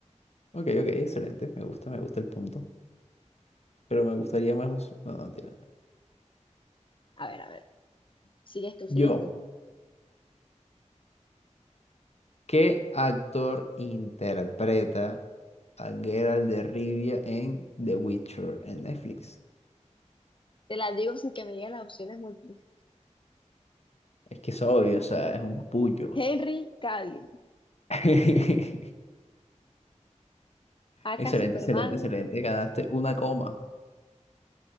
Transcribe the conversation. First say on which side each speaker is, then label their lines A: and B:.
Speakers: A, on the left (about 60°); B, on the left (about 45°).
A: Ok, ok, excelente. Me gusta, me gusta el punto. Pero me gustaría más... os- No, no, tira.
B: A ver, a ver. Sigues tú, sigues
A: Yo.
B: tú.
A: ¿Qué actor interpreta a Geralt de Rivia en The Witcher en Netflix?
B: Te las digo sin que me digas las opciones múltiples.
A: Es que es obvio, o sea, es un pullo.
B: Henry Cavill.
A: <laughs>
B: Aka
A: Excelente,
B: Superman.
A: excelente, excelente. Ganaste una coma.